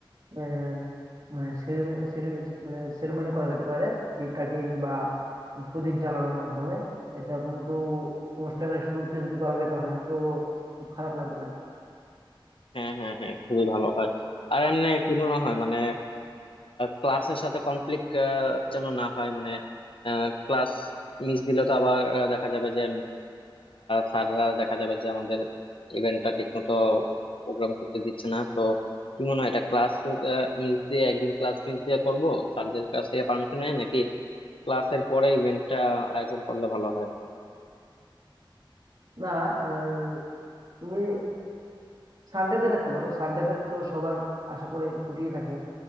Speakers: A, on the right (about 55°); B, on the left (about 80°).
A: আহ, মানে ceremony- cere- মানে সেরেমনি করা যেতে পারে কেক কাটিং বা প্রদীপ জ্বালানোর মাধ্যমে এটা কিন্তু অনুষ্ঠানের শুরুতে যদি করা যায় তাহলে কিন্তু খুব খারাপ লাগবে না
B: হ্যাঁ হ্যাঁ হ্যাঁ খুবই ভালো হয় আর এমনি কি মনে হয় মানে ক্লাসের সাথে কনফ্লিক্ট যেন না হয় মানে ক্লাস মিস দিলে তো আবার আহ, দেখা যাবে যে স্যাররা দেখা যাবে যে আমাদের ইভেন্টটা ঠিক মতো প্রোগ্রাম করতে দিচ্ছে না তো কি মনে হয় এটা ক্লাস মিস দিয়ে একদিন ক্লাস মিস দিয়ে করবো স্যারদের কাছ থেকে পারমিশন নিয়ে নাকি ক্লাসের পরে ইভেন্টটা আয়োজন করলে ভালো হয়
A: না আহ, তুমি সানডেতে রাখতে পারো সানডেতে তো সবার আশা করি ছুটিই থাকে